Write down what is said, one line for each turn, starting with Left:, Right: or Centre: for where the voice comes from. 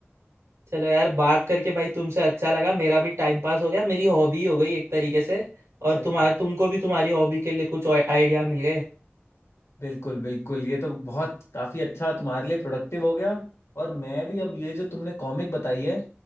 Right: चलो यार बात करके भाई तुमसे अच्छा लगा मेरा भी टाइम पास हो गया मेरी हॉबी हो गई एक तरीके से और
Left: सही
Right: तुम्हार
Left: बात
Right: तुमको भी तुम्हारी हॉबी के लिए कुछ आइडिया मिल गए
Left: बिल्कुल बिल्कुल ये तो बहुत काफ़ी अच्छा तुम्हारे लिए प्रोडक्टिव हो गया और मैं भी अब ये जो तुमने कॉमिक बताई है